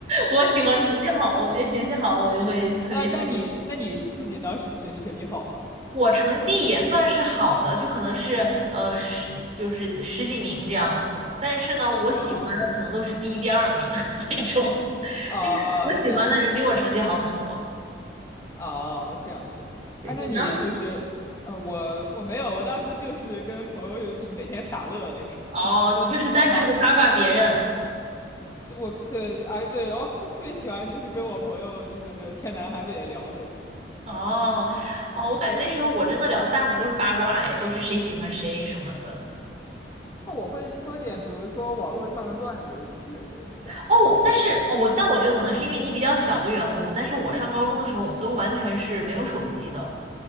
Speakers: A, on the right; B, on the left.
A: 我喜欢成绩好的，我觉得学习好我就会特别。
B: 呃，那你那你自己当时学习成绩好吗？
A: 我成绩也算是好的，就可能是呃十就是十几名这样子，但是呢，我喜欢的可能都是第一、
B: 啊
A: 第二名 <laughs> 那种，
B: 啊，
A: 就是我喜欢的人比我成绩好很多。
B: 这样子啊，这样子。
A: 对，
B: 啊，
A: 你呢？
B: 那你就是，呃，我我没有，我当时就是跟朋友每天傻乐那种，
A: 哦，
B: <laughs>
A: 你就是单纯的八卦别人。
B: 然后对我对，啊对，我特别喜欢就是跟我朋友就是天南海北的聊那种。
A: 哦哦，我感觉那时候我真的聊的大部分都是八卦，哎，都是谁喜欢谁什么的。
B: 那我会说点，比如说网络上的段子之类的，这样是。
A: 哦，但是哦，我但我觉得可能是因为你比较小的缘故，但是我上高中的时候，我们都完全是没有手机的，